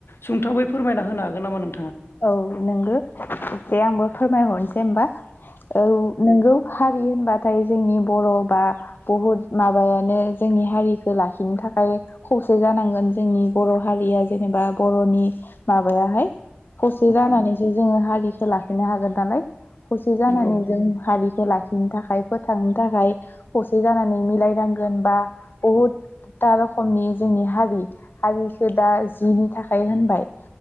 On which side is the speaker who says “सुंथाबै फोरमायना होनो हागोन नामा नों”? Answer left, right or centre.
Left